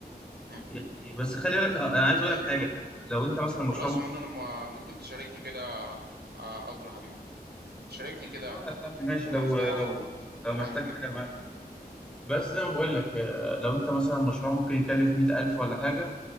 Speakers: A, on the right; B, in the centre.
A: م-
B: يعني بس خلي بالك آه، انا عايز اقول
A: م.
B: لك حاجة يعني لو انت مثلا مشروع
A: خلاص
B: ممكن
A: يا منى انا م- ممكن تشاركني كده آه، اندرو حبيبي تشاركني
B: خلصان
A: كده
B: يا صاحبي ماشي
A: ونفتحه
B: لو لو لو
A: واحد
B: محتاج
A: كده
B: حاجة معاك بس زي ما بقول لك آه، لو انت مثلا مشروع ممكن يكلف 100000 ولا حاجة